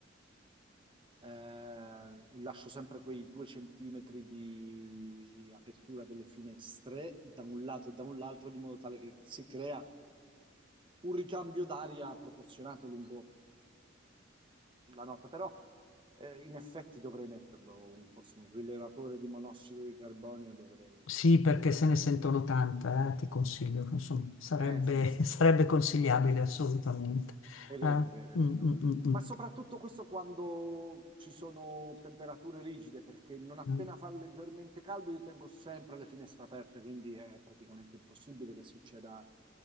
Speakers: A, on the right; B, on the left.
A: eh, lascio sempre quei due centimetri di apertura delle finestre da un lato e da un altro, di modo tale che si crea un ricambio d'aria proporzionato lungo la nota, però eh, in effetti dovrei metterlo un po' su un rilevatore di monossido di carbonio, dovrei...
B: Sì, perché se ne sentono tanta, eh, ti consiglio,
A: Eh,
B: insomma, sarebbe,
A: eh, se ne sentono
B: <laughs> sarebbe
A: tante.
B: consigliabile assolutamente.
A: È vero,
B: Eh,
A: è vero, è
B: mm,
A: vero.
B: mm, mm, mm.
A: Ma soprattutto questo quando ci sono temperature rigide, perché non appena
B: Eh,
A: fa leggermente caldo io tengo sempre le finestre aperte, quindi è praticamente impossibile che succeda